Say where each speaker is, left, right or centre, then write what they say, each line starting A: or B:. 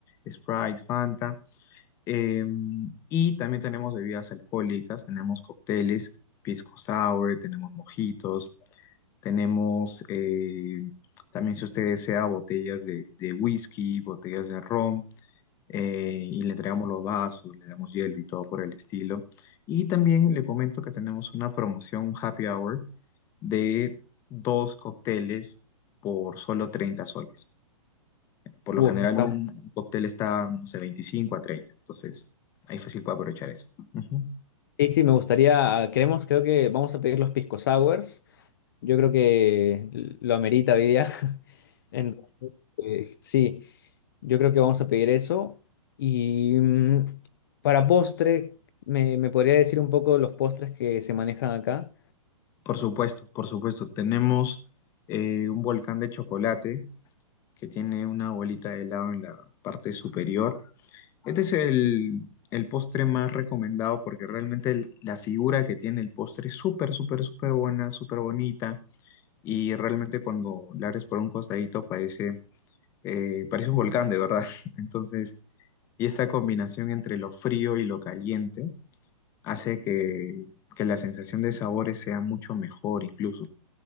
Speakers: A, on the left; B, on the left.
A: Sprite, Fanta. Eh, y también tenemos bebidas alcohólicas, tenemos cócteles, pisco sour, tenemos mojitos, tenemos eh, también si usted desea botellas de, de whisky, botellas de ron, eh, y le entregamos los vasos, le damos hielo y todo por el estilo. Y también le comento que tenemos una promoción happy hour de dos cócteles por solo 30 soles. Por lo
B: Uf,
A: general
B: eso está-
A: un cóctel está, no sé, 25 a 30. Entonces, ahí fácil puede aprovechar eso. Ujú.
B: Sí, sí, me gustaría, queremos, creo que vamos a pedir los pisco sours. Yo creo que lo amerita hoy día. <laughs> Entonces, eh, sí, yo creo que vamos a pedir eso. Y mm, para postre, ¿me, me podría decir un poco los postres que se manejan acá?
A: Por supuesto, por supuesto. Tenemos eh, un volcán de chocolate que tiene una bolita de helado en la parte superior. Este es el, el postre más recomendado porque realmente el- la figura que tiene el postre es súper, súper, súper buena, súper bonita. Y realmente cuando la abres por un costadito parece, eh, parece un volcán, de verdad. <laughs> Entonces... Y esta combinación entre lo frío y lo caliente hace que, que la sensación de sabores sea mucho mejor incluso.